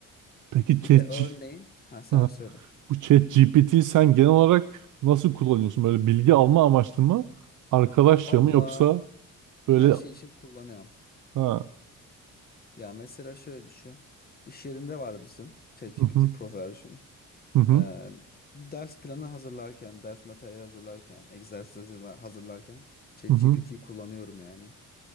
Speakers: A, on the right; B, on the left.
A: Peki chat,
B: Bir de örneği ha sen
A: Ha,
B: söyle.
A: bu ChatGPT'yi sen genel olarak nasıl kullanıyorsun? Böyle bilgi alma amaçlı mı? Arkadaşça
B: Valla
A: mı yoksa böyle
B: her şey için kullanıyorum.
A: ha
B: Ya mesela şöyle düşün. İş yerinde var bizim ChatGPT
A: hı hı
B: Pro version.
A: hı hı
B: Ee, ders planı hazırlarken, ders materyali hazırlarken, egzersiz hazırla- hazırlarken ChatGPT
A: hı
B: kullanıyorum yani.